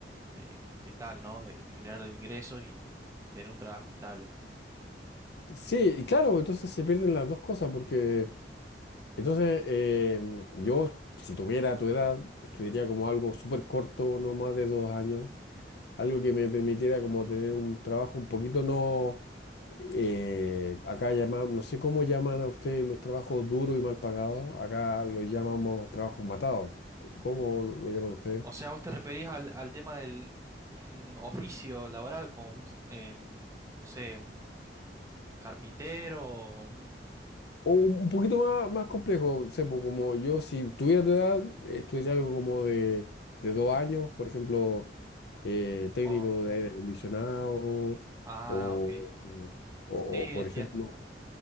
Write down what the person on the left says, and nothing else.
Sí, claro, entonces se pierden las dos cosas, porque entonces eh, yo, si tuviera tu edad, estudiaría como algo súper corto, no más de dos años, algo que me permitiera como tener un trabajo un poquito no, eh, acá llaman, no sé cómo llaman a ustedes los trabajos duros y mal pagados, acá los llamamos trabajos matados, ¿cómo lo lo llaman ustedes?
O un poquito más, más complejo, Sepo, como yo, si tuviera tu edad, eh, estudiaría algo como de, de dos años, por ejemplo, eh, técnico
de aire acondicionado o,
o,
o,
por
ejemplo,